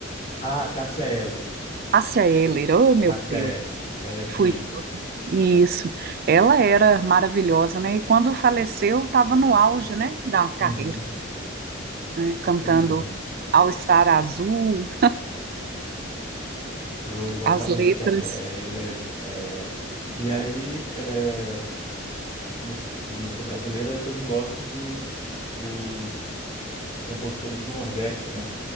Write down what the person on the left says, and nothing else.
ah, Cássia Eller.
Cássia
Eller. Ela era incrível.
Uhum,
infelizmente.
Eu gostava
muito da Cássia Eller. é, e aí, é, mus- de música brasileira, eu também gosto dos, dos compositores do Nordeste, né?